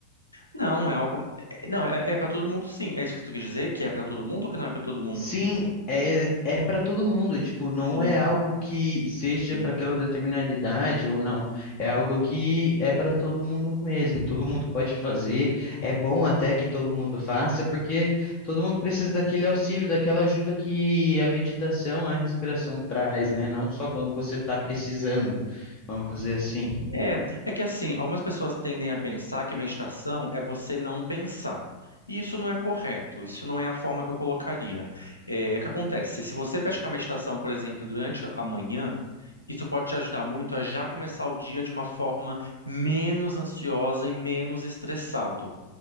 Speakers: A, on the left; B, on the left.
A: Não, é algo. é- Não, é, é para todo mundo, sim. É isso que tu quer dizer? Que é para todo mundo ou que não é para todo mundo?
B: Sim, é, é para todo mundo. Tipo, não
A: Sim,
B: é algo que seja
A: sim.
B: para aquela determinada idade ou não.
A: Uhum.
B: É algo que é para todo mundo mesmo. Todo mundo pode fazer. É bom até que todo mundo faça, porque todo mundo precisa daquele auxílio, daquela ajuda que a meditação, a respiração traz, né? Não só quando você está precisando, vamos dizer assim.
A: É, é que assim, algumas pessoas tendem a pensar que a meditação é você não pensar. E isso não é correto, isso não é a forma que eu colocaria. É, o que acontece? Se você praticar meditação, por exemplo, durante a manhã, isso pode te ajudar muito a já começar o dia de uma forma menos ansiosa e menos estressado.